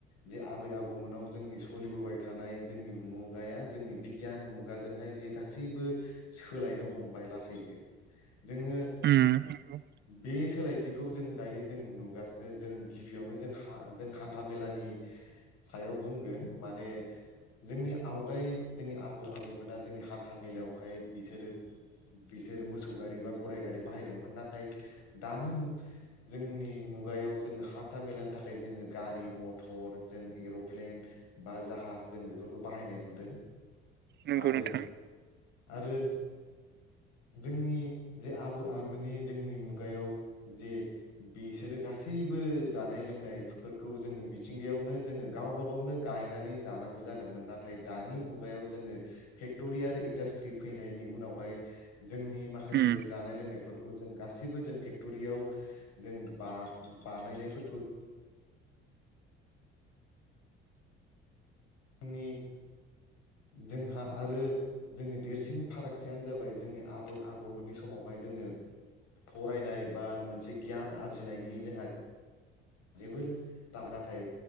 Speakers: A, on the left; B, on the right.
A: जे आबै आबौमोनाव जोंनि सोलिबोबाय थानाय जोंनि मुगाया जोंनि बिगियान मुगाजोंहाय बे गासैबो सोलायनो हमबाय लासैनो। जोङो
B: उम नंगौ
A: बे सोलाय खौ जों दायो जों नुगासिनो जों गिबियावनो जों हा हान्था मेलानि सायाव बुंगोन माने जोंनि आवगाय जोंनि आबौ आबैमोना जोंनि हान्था मेलायावहाय बिसोरो बिसोरो मोसौ गारि बा गराइ गारि बाहायदोंमोन नाथाय दानि जोंनि मुगायाव जोङो हान्था मेलानि थाखाय जोङो गारि मथर जों एर'प्लेन बा जाहाज जों बेफोरखौ बाहायनाय नुदों।
B: नंगौ
A: आरो
B: नोंथां
A: आरो जोंनि जे आबै आबौमोननि जोंनि मुगायाव जे बिसोरो गासैबो जानाय लोंनाय फोरखौ जोङो मिथिंगायावनो जोङो गावबा गावनो गायनानै जानांगौ जादोंमोन नाथाय दानि मुगायाव जोङो फेक्ट'रि आरो इन्डास्ट्रि फैनायनि उनावहाय जोंनि माखासे
B: उम
A: जानाय लोंनायफोर जों गासैबो जों फेक्ट'रियाव जों बा बानायनायफोरखौ जोंनि जोंहा आरो जोंनि देरसिन फारागथियानो जाबाय जोंनि आबै आबौमोननि समावहाय जोङो फरायनाय बा मोनसे गियान आरजिनायनि जोंहा जेबो दा नाथाय